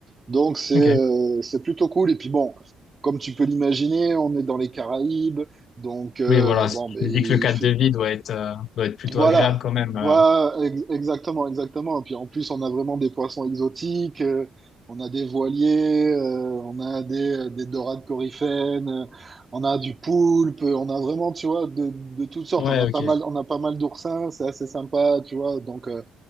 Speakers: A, on the right (about 30°); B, on the left (about 70°).
A: Donc c'est
B: Ok.
A: euh, c'est plutôt cool. Et puis bon, comme tu peux l'imaginer, on est dans les Caraïbes. Donc euh,
B: Oui, voilà.
A: bon,
B: Je
A: ben,
B: me
A: il
B: dis que le cadre
A: fait-
B: de vie doit être, euh, doit être plutôt
A: voilà,
B: agréable quand même.
A: voilà,
B: euh.
A: ex- exactement, exactement. Et puis en plus, on a vraiment des poissons exotiques. euh, on a des voiliers, euh, on a des, des dorades coryphènes, euh, on a du poulpe, on a vraiment, tu vois, de, de toutes sortes.
B: Ouais,
A: On a
B: ok.
A: pas mal, on a pas mal d'oursins, c'est assez sympa, tu vois. Donc, euh,